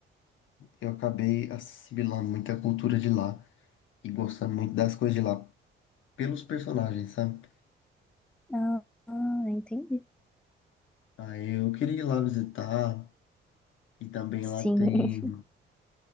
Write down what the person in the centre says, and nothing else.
Ah, ah, entendi.
Sim,
<laughs>